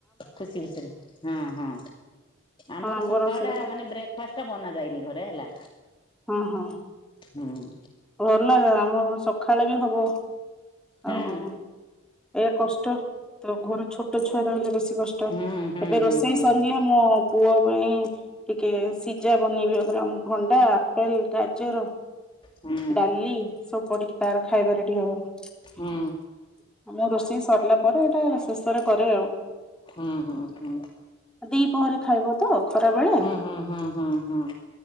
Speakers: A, on the left; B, in the centre.
A: ଖୁସି ଖୁସିରେ ହଁ ହଁ। ଆମର
B: ଆମ୍ବ
A: ସକାଳ
B: ରସରେ
A: ଟା ମାନେ ବ୍ରେକ୍ ଫାଷ୍ଟ ଟା ବନା ଯାଇନି ଘରେ ହେଲା।
B: ହଁ ହଁ।
A: ହୁଁ।
B: ଭଲ ରେ ଆମ ସକାଳେ ବି ହବ
A: ହୁଁ
B: ଆଉ ଏଆ କଷ୍ଟ ତ ଘରୁ ଛୋଟ ଛୁଆ ଟେ ହେଲେ ବେଶୀ କଷ୍ଟ।
A: ହୁଁ ହୁଁ
B: ଏବେ
A: ହୁଁ
B: ରୋଷେଇ
A: ହୁଁ
B: ସରିଲେ ମୋ ପୁଅ ପାଇଁ ଟିକେ ସିଝା ବନେଇବି ପୁରା ଭଣ୍ଡା ଆପେଲ ଗାଜର
A: ହୁଁ ହୁଁ
B: ଡାଲି ସବୁ ପଡିକି ତାର ଖାଇବା ରେଡି ହବ।
A: ହୁଁ ହୁଁ
B: ଆମ ରୋଷେଇ ସରିଲା ପରେ ଏଇଟା ଶେଷରେ କରେ ଆଉ।
A: ହଁ ହଁ ହୁଁ।
B: ଦି ପହରେ ଖାଇବ ତ ଖରାବେେଳେ
A: ହୁଁ ହୁଁ ହୁଁ ହୁଁ